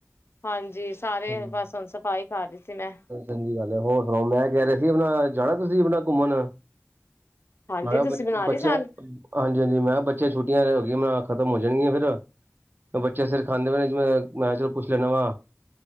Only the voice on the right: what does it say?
ਹਮ,
ਚੰਗੀ ਗੱਲ ਐ ਹੋਰ ਸੁਣਾਓ ਮੈਂ ਕਹਿ ਰਿਹਾ ਸੀ ਆਪਣਾ ਜਾਣਾ ਤੁਸੀਂ ਆਪਣਾ ਘੁੰਮਣ।
ਮੈਂ ਕਿਹਾ
ਬ
ਬੱਚੇ।
ਹਾਂਜੀ-ਹਾਂਜੀ ਮੈਂ ਕਿਹਾ ਬੱਚੇ ਛੁੱਟੀਆਂ ਜੀ ਹੋ ਗਈ ਮ ਖਤਮ ਹੋ ਜਾਣਗੀਆਂ ਫੇਰ। ਤੇ ਬੱਚੇ ਸਿਰ ਖਾਂਦੇ ਪਏ ਨੇ ਜਿਵੇ ਮੈਂ ਚਲੋ ਪੁੱਛ ਲੈਣਾ ਵਾ।